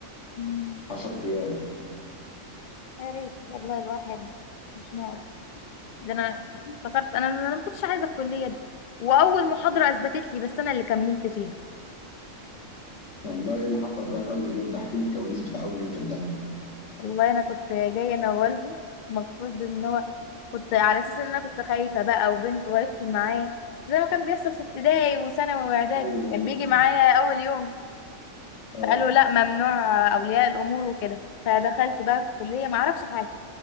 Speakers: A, on the left; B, on the left.
A: مم.
B: 10 ايام
A: يا ريت والله الواحد مش ناقص ده انا افتكرت انا انا ما كنتش عايزه الكليه دي واول محاضره اثبتت لي بس انا اللي كملت فيها
B: والله ايه اللي حصل بقى في اول يوم ده احكي لي الكواليس بتاع اول يوم في الجامعه
A: والله انا كنت جايه انا ووالدي المفروض ان هو كنت على اساس ان انا كنت خايفه بقى وبنت وهيدخل معايا زي ما كان بيحصل في ابتدائي وثانوي واعدادي
B: ايوه
A: كان
B: ايوه
A: بيجي معايا اول يوم
B: اه
A: فقالوا لا ممنوع اولياء الامور وكده فدخلت بقى الكليه ما اعرفش حاجه